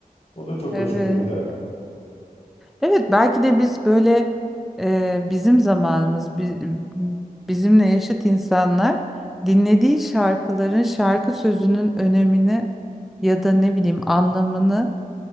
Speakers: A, on the left (about 40°); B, in the centre.
A: O da çok
B: Evet.
A: hoşuma giderdi.
B: Evet belki de biz böyle e, bizim zamanımız bi- bizimle yaşıt insanlar dinlediği şarkıların şarkı sözünün önemini ya da ne bileyim anlamını